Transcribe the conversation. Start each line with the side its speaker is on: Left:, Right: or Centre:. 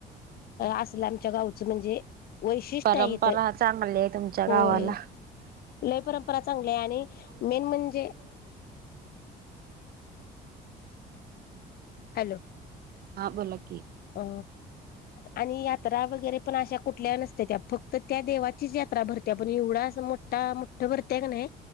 Left: असल आमच्या गावच म्हणजे वैशिष्ट्य
Right: परंपरा
Left: आहे तर
Right: चांगली आहे तुमच्या
Left: होय.
Right: गावाला.
Left: आपलय परंपरा चांगली आहे आणि मेन म्हणजे. हॅलो.
Right: हा बोला की.
Left: अ आणि यात्रा वगैरे पण अशा कुठल्या नसत त्या फक्त त्या देवाचीच यात्रा भरते. पण एवढा अस मोठा मोठ भरतेय का नाही.